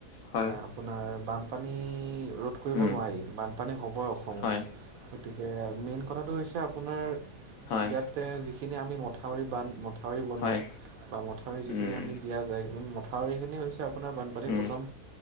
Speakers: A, on the left; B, on the right.
A: হয়
B: আপোনাৰ বানপানী ৰোধ কৰিব
A: উম
B: নোৱাৰি, বানপানী হ'বই অসমত
A: হয়
B: <unintelligible> এ, মেইন কথাটো হৈছে আপোনাৰ
A: হয়
B: ইয়াতে যিখিনি আমি মথাউৰি বান <unintelligible> মথাউৰি বনাওঁ
A: হয়
B: বা মথাউৰি যিখিনি
A: উম
B: আমি দিয়া যায় মথাউৰিখিনি হৈছ আপোনাৰ বানপানীৰ
A: উম
B: প্ৰথম